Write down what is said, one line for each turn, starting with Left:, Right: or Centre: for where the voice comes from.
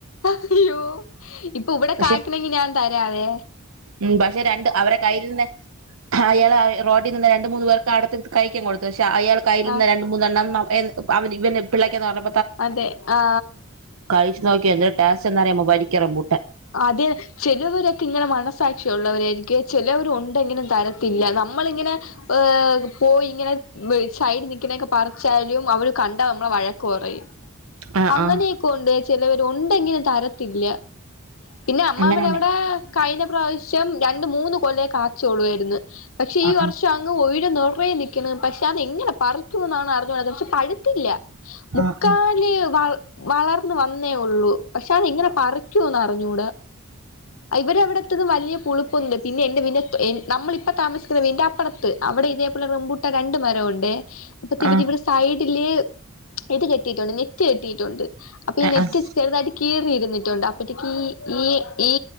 Left: അയ്യോ ഇപ്പൊ ഇവിടെ
Right: പക്ഷെ
Left: കായാക്കണമെങ്കി ഞാൻത വേ
Right: ഉം പക്ഷെ രണ്ട് അവരെ കയ്ൽന്ന ആ അയാള റോട്ടിനിന്ന രണ്ട് മൂന്ന് പേർക്ക് അടുത്ത് കഴിക്കാൻ കൊടുത്ത് ക്ഷേ അയാൾ കയ്യിലരുന്ന
Left: ആഹ്
Right: രണ്ട് മൂന്നെണ്ണം എ അവ ഇവെ പിള്ളേക്ക എന്ന് പറഞ്ഞ
Left: അതെ ആ
Right: കഴിച്ചു നോക്കിയോ എന്തൊരു ടേസ്റ്റ് എന്നറിയാമോ വരിക്ക റംബൂട്ടാൻ
Left: അതെ ചെലവരൊക്കെ ഇങ്ങനെ മന സാക്ഷിയള്ളവരായിരിക്ക ചിലവരു ഉണ്ടെങ്കിലും തരത്തില്ല. നമ്മള് ഇങ്ങനെ പോയി ഇങ്ങനെ സൈഡ് നിക്കണെക്ക പറിച്ചാലും അവര് കണ്ട നമ്മളെ വഴ കുറയും.
Right: ആഹ്
Left: അങ്ങനെയൊക്കെ
Right: ആഹ്
Left: ഉണ്ടെ ചിലവ ഉണ്ടെങ്കിനും തരത്തില്ല. പിന്നെ അമ്മാമ്മൻ
Right: അങ്ങനെന്നെ
Left: എവിടെ കഴിഞ പ്രാവശ്യം രണ്ട് മൂന്ന് കൊല്ലയെ കാച്ചോള്ളുയിരുന്നു. പക്ഷെ
Right: ആഹ്
Left: ഈ വർഷം
Right: ആഹ്
Left: അങ് ഒ നറേ നിക്കുന്നു. പക്ഷെ അത് എങ്ങനെ പറിക്കുന്നാണ് അറിഞ്ഞൂത് പക്ഷെ പഴുത്തില്ല. മുക്കാലി
Right: ആഹ്
Left: വ വളർന്ന വന്നേ ഒള്ളൂ. പക്ഷെ അത് ഇങ്ങനെ പറിക്കൂന്നറി ഞ്ഞൂട. ഇര അവിടത്തും വലിയ പുളുപ്പുണ്ട് പിന്നെ എന്റെന നമ്മള ഇപ്പ താമസിക്കുന്ന വന്റെ അപ്പുറത്ത് അവിടെ ഇതേപോലെ റബൂട്ട രണ്ട് മരംഒ ണ്ടെ അപ്പൊതിവരി
Right: ആഹ് ആഹ്
Left: ഇവിടെ സൈഡ് ടില് ഇത് കെട്ടിയിട്ടുണ്ട്. നെറ്റ് കെട്ടിയിട്ടുണ്ട്. അപ്പൊ ഈ
Right: ആഹ്
Left: നെറ്റ്
Right: ആഹ്
Left: ചെറുതായിട്ട് കീറിരുന്ന് ണ്ട ഇറ്റക്ക് ഈ ഈ